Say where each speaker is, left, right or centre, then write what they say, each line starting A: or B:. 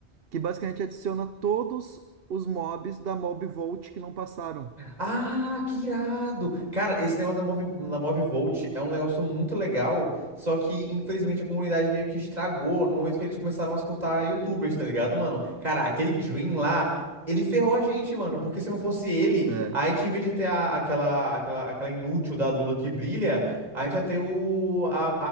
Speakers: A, on the right (about 60°); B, on the right (about 40°).
A: Que basicamente adiciona todos os mobs da Mob Vault que não passaram.
B: Ah, que irado! Cara, esse negócio da Move, da Movivolt é um negócio muito legal, só que infelizmente a comunidade meio que estragou no momento que eles começaram a escutar YouTubers, tá ligado, mano? Cara, aquele Dream lá, ele ferrou a gente, mano, porque se não fosse ele,
A: É.
B: a gente, em vez de ter a- aquela, aquela, aquela inútil da Lula que brilha, a gente ia ter o, a,